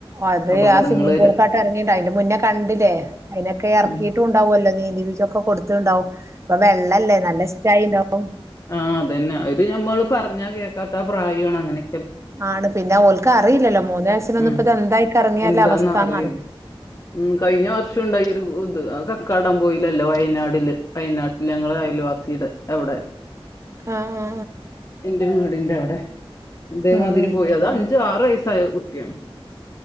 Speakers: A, on the right; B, on the left.
A: അത്
B: അപകടങ്ങള്
A: ആ സ്വിമ്മിംഗ
B: വരാ
A: പൂളക്കാട്ട് ഇറങ്ങിയിണ്ട അതിന്റെ മുന്നേ കണ്ടില്ലേ അതിനൊക്കെ ഇറക്കിട്ടുണ്ടാവുമല്ലോ
B: ഉം
A: നീന്തിപ്പിചൊക്കെ കൊടുത്ത്ണ്ടാവും ഇപ്പൊ വെള്ളല്ലേ നല്ല ഇഷ്ടായിണ്ടാവും
B: ആഹ അതന്നെ അവര് ഞമ്മള് പറഞ്ഞാ കേക്കാത്ത ആ പ്രായാണ് അങ്ങനെ
A: ആണ് പിന്നെ ഓൾക്ക് അറിയില്ലല്ലോ മൂന്ന വയസന് ഒന്ന
B: ഉം
A: ഇപ്പ ഇത് എന്തായിക്ക ഇറങ്ങിയല്ല
B: എന്താന്ന്
A: അവസ്ഥന്ന
B: അറിയില്ല
A: അറി
B: ഉം കഴിഞ്ഞ വർഷം ഉണ്ടായി ഒരു ഇത് അത് കക്കാടം പോയിലല്ലേ വയനാടില് വയനാട്ടിൽ ഞങ്ങള്ടെ അയൽവാസിയുടെ അവിടെ
A: ആ ആ
B: എന്റെ വീടിന്റെ അവിടെ ഇതേമാതിരി
A: ഉം ഉം
B: പോയിതാ അത് അഞ്ചു ആറ് വയസ്സ് സായകുട്ടിയാണ്